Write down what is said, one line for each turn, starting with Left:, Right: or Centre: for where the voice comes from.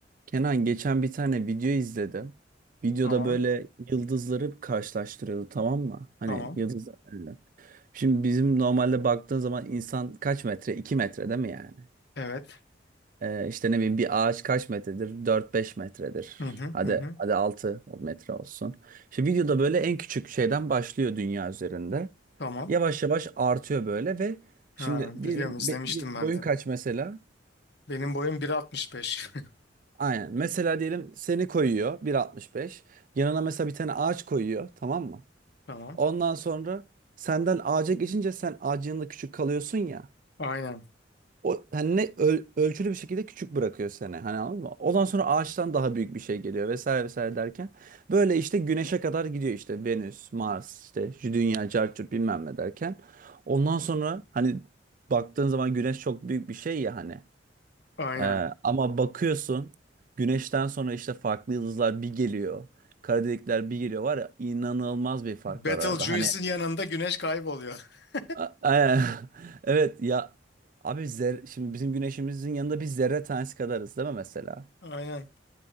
Right: Kenan geçen bir tane video izledim. Videoda
Left: Tamam.
Right: böyle yıldızları karşılaştırıyordu tamam mı? Hani
Left: Tamam.
Right: yıldızlar. Evet. Şimdi bizim normalde baktığın zaman insan kaç metre? 2 metre değil mi yani?
Left: Evet.
Right: Ee, işte ne bileyim bir ağaç kaç metredir? Dört beş metredir.
Left: Hı hı
Right: Hadi
Left: hı hı.
Right: hadi 6 metre olsun. İşte videoda böyle en küçük şeyden başlıyor dünya üzerinde.
Left: Tamam.
Right: Yavaş yavaş artıyor böyle ve
Left: Ha,
Right: şimdi
Left: biliyorum
Right: diyelim
Left: izlemiştim
Right: be-
Left: ben
Right: boyun
Left: de.
Right: kaç mesela?
Left: Benim boyum 1.65.
Right: Aynen. Mesela diyelim seni koyuyor 1.65. Yanına mesela bir tane ağaç koyuyor, tamam mı?
Left: <laughs> Tamam.
Right: Ondan sonra senden ağaca geçince sen ağacın yanında küçük kalıyorsun ya.
Left: Aynen.
Right: O hani ne ölçülü bir şekilde küçük bırakıyor seni. Hani anladın mı? Ondan sonra ağaçtan daha büyük bir şey geliyor vesaire vesaire derken böyle işte güneşe kadar gidiyor işte Venüs, Mars, işte Dünya, Carçurt bilmem ne derken. Ondan sonra hani baktığın zaman güneş çok büyük bir şey ya hani.
Left: Aynen.
Right: Ee, ama bakıyorsun güneşten sonra işte farklı yıldızlar bir geliyor. Kara delikler bir geliyor var ya inanılmaz bir fark
Left: Betelgeuse'in
Right: var arada. Hani
Left: yanında güneş kayboluyor. <laughs>
Right: a- a- <laughs> evet ya abi zer şimdi bizim güneşimizin yanında biz zerre tanesi kadarız değil mi mesela?
Left: Aynen.